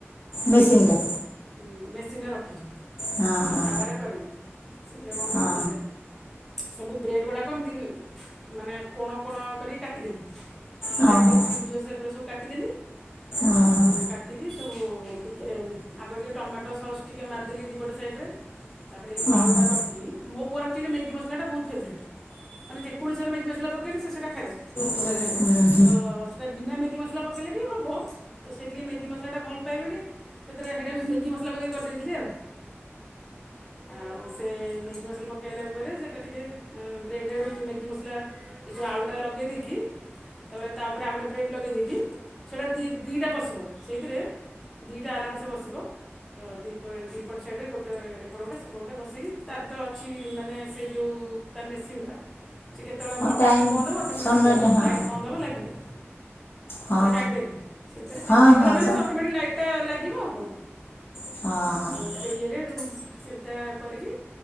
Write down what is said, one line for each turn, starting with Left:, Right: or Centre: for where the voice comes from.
Left: ମେସିନ୍ଟି।
Centre: ହୁଁ ମେସିନ୍ଟେ ରଖିଚୁ।
Left: ହଁ ହଁ
Centre: ଆଉ ତାୱରେ କରେନି ସେଇତିରେ କଣ
Left: ହଁ
Centre: କଲି ସବୁ ବ୍ରେଡ଼୍ ଗୁଡ଼ାକ ଏମିତି ମାନେ କୋଣ କୋଣ କରିକି କାଟିଦେଲି ଟ୍ରାଙ୍ଗଲ
Left: ହଁ ଓହୋ
Centre: ତ୍ରିଭୁଜ ସେପରେ ସବୁ କାଟିଦେଲି
Left: ଓହୋ
Centre: ଆଉା କା ଟିକି ସବୁ ଟିକିଏ ଆଗ ଟିକେ ଟମାଟୋ ସସ୍ ଟିକିଏ ମାରିଦେଲି ଦୁଇପଟେ ସାଇଡ଼୍ରେ ତାପରେ ଏଯେଉ
Left: ଓହୋ
Centre: ଆଉଡା କରିଥିଲି ମୋପୁଅର ଆକ୍ଚୁଆଲି ମ୍ୟାଗି ମସଲାଟା ବହୁତ୍ ଫେରଟ୍। ମାନେ ଯେକୌଣସିରେ ମ୍ୟାଗି ମସଲା ପକେଇଲେ ସିଏ ସେଇଟା ଖାଇଦବ।
Left: ହୁଁ।
Centre: ତ ସେଟା ବିନା ମ୍ୟାଗି ମସଲା ପ କଲେବି ହେବ ତସେଇ ଟିକେ ମ୍ୟାଗି ମସଲାଟା ଭଲପାଏ ବୋଲି ହେଥିରେ ସେଇଟାକୁ ମ୍ୟାଗି ମସଲା ପକେଇକି କରିଦେଇଥିଲି ଆଉ। ଆଉ ସେ ମ୍ୟାଗି ମସଲା ପକାଇଲା ପରେ ସେଇଟା ଟିକେ ବ୍ରେଡ଼ ରେଡ଼ୁ ମ୍ୟାଗି ମସଲା ଏଯୋଉ ଆଳୁଟା ଲଗେଇଦକି ତାପରେ ତାପରେ ଆଉ ଗୋଟେ ବ୍ରେଡ଼୍ ଲଗେଇ ଦେଇକି ସେଇଟା ଦି ଦିଇଟା ପସିବ ସେଇଥିରେ। େ ଆରାମସେ ବସିବ ତ ଦିପ ଦି ଦୁଇପଟ ସାଇଡ଼୍ରରେ ଗୋଟେ ଏପଟେ ଗୋଟେ ସେପଟେ ଗୋଟେ ବସେଇକି ତାରତ ଅଛି ମାନେ ସେ ଯେଉଁ ତା ମେସିନ୍ଟା ସେକେତେବେଳେ
Left: ହଁ
Centre: ବନ୍ଦ ଅଟୋମେଟିକ୍
Left: ଟାଇମ୍
Centre: ବନ୍ଦ ହେବ ଅଟୋମେଟିକ୍
Left: ସମୟଟା
Centre: ହେବ
Left: ହଁ
Centre: ଲାଇଟ୍ ବନ୍ଦ ହେବ ଲାଗିବ।
Left: ହଁ
Centre: ଆପଣ ଜାଣିପାରିବେ ସେଥିରେ
Left: ହଁ
Centre: ହେଇଗଲା
Left: ହଁ
Centre: ମାନେ
Left: ସ
Centre: ଅଟୋମେଟିକ୍ ଲାଇଟ ଲାଗିବ ଆଉ କଣ।
Left: ହଁ।
Centre: ସେଇ ଇଏରେ ହେଟୁ ସେଦା କରିକି